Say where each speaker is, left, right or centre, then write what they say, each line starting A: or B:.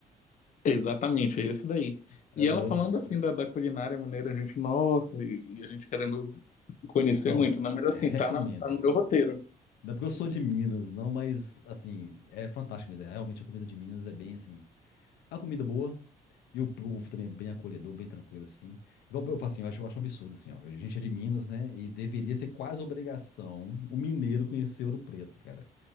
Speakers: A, on the left; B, on the left.
A: Exatamente, é esse daí.
B: É
A: E
B: nós
A: ela falando
B: mesmo.
A: assim da, da culinária mineira, a gente, nossa, e, e a gente querendo conhecer
B: Não,
A: muito, né? Mas assim,
B: recomendo,
A: tá, na- tá no
B: cara.
A: meu roteiro.
B: Não é porque eu sou de Minas, não, mas, assim, é fantástico mesmo. É, Realmente a comida de Minas é bem, assim, A comida boa. E o povo também é bem acolhedor, bem tranquilo, assim. Igual eu falo assim, eu acho, eu acho um absurdo, assim, ó. A gente é de Minas, né? E deveria ser quase obrigação o mineiro conhecer Ouro Preto, cara.